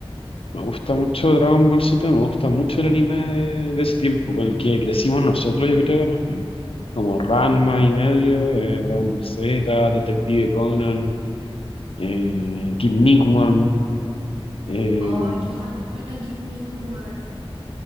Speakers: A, on the left; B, on the right.
A: Me gusta mucho Dragon Ball Z, me gusta mucho el anime de, de ese tiempo, con el que crecimos nosotros, yo creo, más bien. Como Ranma y medio, eh, Dragon Ball Z, Detective Conan, eh, Kid Nickman. Eh,
B: ¡Oh, que era bueno aquí en Miku, man!